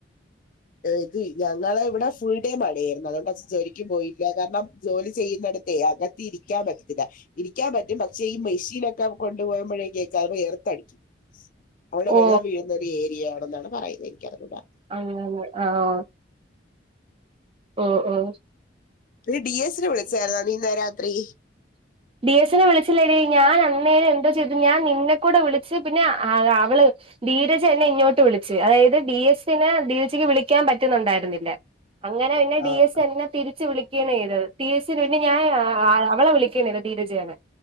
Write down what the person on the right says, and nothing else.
ഓ
അങ്ങനെനെ ആഹ് ഓഹ് ഓഹ്
ഡിഎസിനെ വിളിച്ചില്ല എടി ഞാൻ അന്നേരം എന്തോ ചെയ്തു ഞാൻ നിന്നെക്കുടെ വിളിച്ച് പിന്നെ അവള് ധീരജ് എന്നെ ഇങ്ങോട്ട് വിളിച്ചു അതായത് ഡി എസ്നെ ധീരജക്ക് വിളിക്കാൻ പറ്റുന്നുണ്ടായിരുന്നില്ല അങ്ങനെ പിന്നെ
ഡി എസ് എന്നെ തിരിച്ച് വിളിക്കണത് ചെയ്യ്തത് ടി എസ്സിന് പിന്നെ ഞാൻ അവളെ വിളിക്കണത് ധീരജേന